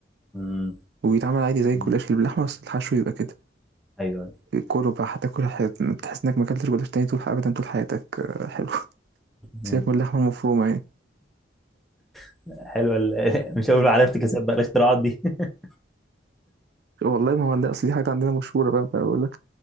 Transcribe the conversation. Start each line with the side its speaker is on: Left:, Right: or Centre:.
Centre: مم.
Right: وبيتعمل عادي زي
Centre: مم.
Right: الجلاش اللي باللحمة بس الحشو يبقى كده
Centre: ايوه
Right: كله بقى هتاكل حياتك تحس إنك ما أكلتش جلاش تاني طول أبدا طول حياتك آه، حلو <laughs>
Centre: أيوة.
Right: سيبك من اللحمة المفرومة يعني
Centre: <laughs> حلوه ال- <laughs> مش هقول على افتكاسات بقى الاختراعات دي <laughs>
Right: والله ما هو عندنا أصل دي حاجة عندنا مشهورة بقى بقول لك